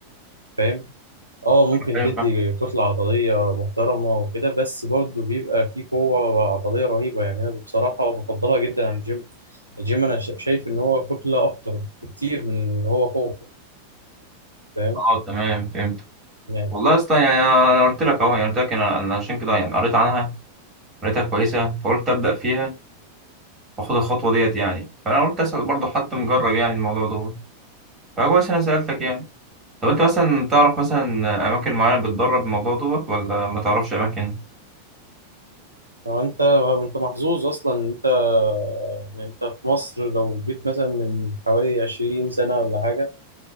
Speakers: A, on the right (about 80°); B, on the right (about 20°).
A: فاهم اه ممكن
B: فاهم
A: تدي
B: فاهم
A: كتلة عضلية محترمة وكده بس برضه بيبقى فيه قوة عضلية رهيبة يعني أنا بصراحة بفضلها جدا عن الجيم الجيم أنا شا- شايف إن هو كتلة أكتر بكتير من إن هو قوة فاهم
B: اه تمام فهمت
A: يعني
B: والله اصلا يعني انا أنا قلت لك اهو يعني قلت لك انا أنا عشان كده يعني قريت عنها قريتها كويسه فقلت ابدا فيها واخد الخطوه ديت يعني فانا قلت اسال برضه حد مجرب يعني الموضوع دوت فكويس انا سالتك يعني طب انت مثلا تعرف مثلا اماكن معينه بتدرب الموضوع دوت ولا ما تعرفش اماكن
A: هو أنت أنت محظوظ أصلا إن أنت إن أنت في مصر لو جيت مثلا من حوالي 20 سنة ولا حاجة